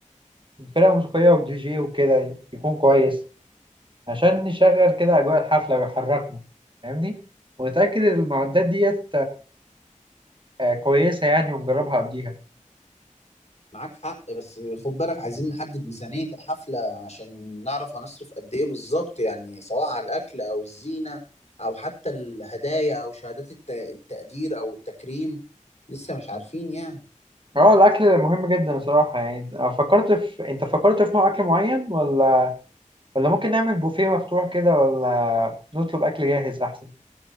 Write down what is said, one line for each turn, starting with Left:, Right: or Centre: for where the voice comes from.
Right: فرقة موسيقية ودي جي وكده يكون كويس عشان نشغل كده أجواء الحفلة ويحركنا فاهمني ونتأكد إن المعدات ديت آه، كويسة يعني ونجربها قبليها
Left: معاك حق بس خد بالك عايزين نحدد ميزانية الحفلة عشان نعرف هنصرف قد ايه بالظبط يعني سواء على الأكل أو الزينة أو حتى الهدايا أو شهادات الت- التقدير أو التكريم لسه مش عارفين يعني
Right: اه الأكل مهم جدا الصراحة يعني أنت فكرت في أنت فكرت في نوع أكل معين ولا ولا ممكن نعمل بوفيه مفتوح كده ولا نطلب أكل جاهز أحسن